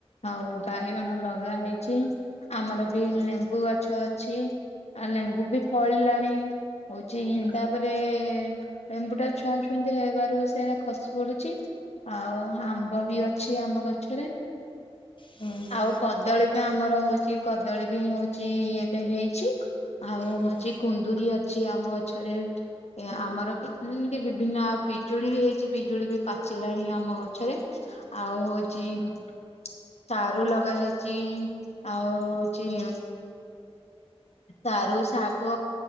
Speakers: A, on the left; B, on the left.
A: ଆଉ, ବାଇଗଣ ଲଗା ହେଇଛି। ଆମର ବି ଲେମ୍ ମ୍ବୁ ଗଛ ଅଛି, ଆଉ ଲେମ୍ବୁ ବି ଫଳିଲାଣି। ହଉଚିଁ
B: ହୁଁ
A: ତା ତା'ପରେ ଏମ୍ବୁଟା ଛୁଆଁ ଛୁଁତି ହେବାରୁ ସେରା ଖସି ପଡୁଛି। ଆଉ, ଆମ୍ବ ବି ଅଛି, ଆମ ଗଛରେ।
B: ହୁଁ।
A: ଆଉ କଦଳୀ ବିଁ ଆମର ହଉଛି, କଦଳୀ ବିଁ ହଉଛି, ଏବେ ହେଇଛି। ଆଉ
B: ହୁଁ
A: ହଉଛି, କୁନ୍ଦୁରି ଅଛି ଆମ ଗଛରେ ଆମର। ଏତେଦିନ୍ କେ ବିଭିନ୍ନ ଆଉ ପିଜୁଳି ବି ହେଇଛି, ପିଜୁଳି ବି ପାଚିଲାଣି ଆମ ଗଛରେ। ଆଉ ହଉଚିଁ ସାରୁ ଲଗା ହେଇଚିଁ। ଆଉ ହଉଚିଁ ସାରୁ, ଶାଗ,